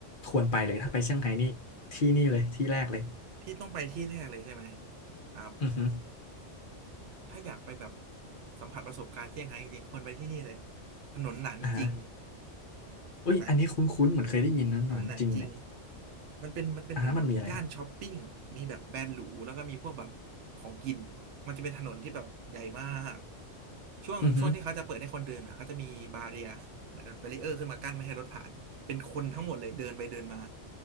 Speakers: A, on the left; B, on the right.
A: ควรไปเลยถ้าไปเซี่ยงไฮ้นี่ที่นี่เลยที่แรกเลย
B: ที่ต้องไปที่แรกเลยใช่ไหมครับ
A: อือฮึ
B: ถ้าอยากไปแบบสัมผัสประสบการณ์เซี่ยงไฮ้จริงๆควรไปที่นี่เลยถนนหนานจริง
A: อ่าฮะอุ้ยอันนี้คุ้นๆเหมือนเคยได้ยินนะหนานจริงเนี่ย
B: หนาน ถนนหนานจริงมันเป็นมันเป็นเหมือนแบบย่านช้อปปิ้งมีแบบแบรนด์หรูแล้วก็มีพวกแบบของกินมันจะเป็นถนนที่แบบใหญ่มาก
A: อ่าฮะมันมีอะไรครับ
B: ช่วงช่วงที่เขาจะเปิดให้คนเดินอ่ะเขาจะมีบาเรียเหมือนแบบแบรีเออร์ขึ้นมากั้นไม่ให้รถผ่านเป็นคนทั้งหมดเลยเดินไปเดินมา
A: อือฮึ